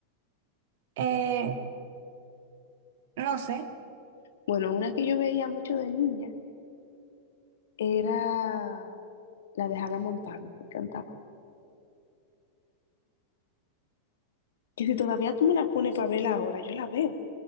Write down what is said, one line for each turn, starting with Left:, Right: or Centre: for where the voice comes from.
Right: Eh, no sé.
Left: Bueno, una que yo veía mucho de niña era la de Hannah Montana, me encantaba. Que si todavía tú me la pones para verla ahora, yo la veo. O